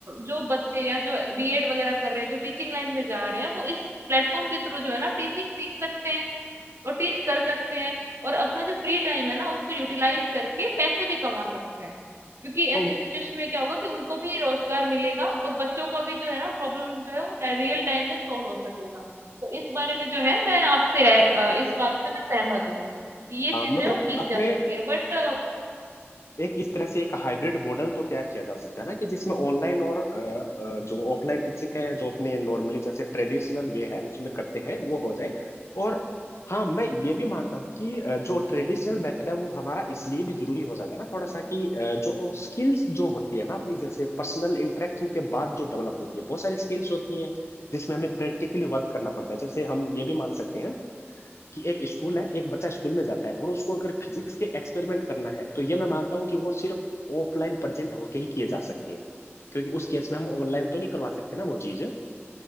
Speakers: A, on the right; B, on the left.
A: जो बच्चे या जो बीएड वगैरह कर रहे हैं जो टीचिंग लाइन में जा रहे हैं वो इस प्लेटफॉर्म के थ्रू जो है ना टीचिंग सीख सकते हैं और टीच कर सकते हैं और अपना जो फ्री टाइम है ना उसको यूटिलाइज करके पैसे भी कमा सकते हैं क्योंकि
B: तो
A: ऐसे सिचुएशन में क्या होगा कि उनको भी रोजगार मिलेगा और बच्चों का भी जो है ना प्रॉब्लम जो है वो रियल टाइम में सॉल्व हो सकेगा तो इस बारे में जो है मैं आपसे अ, इस बात से मैं सहमत हूँ कि ये चीज
B: आ, मतलब
A: जो है वो की
B: अपने
A: जा सकती है बट
B: एक इस तरह से एक हाइब्रिड मॉडल तो तैयार किया जा सकता है ना कि जिसमें ऑनलाइन और अ, अ, जो ऑफलाइन टीचिंग है जो अपने नॉर्मली जैसे ट्रेडिशनल वे है उसमें करते हैं वो हो जाए और हाँ मैं ये भी मानता हूँ कि अ, जो ट्रेडिशनल मेथड है वो हमारा इसलिए भी जरूरी हो जाता है ना थोड़ा सा कि अ, जो स्किल्स जो होती है ना अपनी जैसे पर्सनल इंटरेक्शन के बाद जो डेवलप होती है बहुत सारी स्किल्स होती हैं जिसमें हमें प्रैक्टिकली वर्क करना पड़ता है जैसे हम ये भी मान सकते हैं कि एक स्कूल है एक बच्चा स्कूल में जाता है और उसको अगर फिजिक्स के एक्सपेरिमेंट करना है तो ये मैं मानता हूँ कि वो सिर्फ ऑफलाइन प्रेजेंट होके ही किए जा सकते हैं क्योंकि उस केस में हम ऑनलाइन तो नहीं करवा सकते ना वो चीज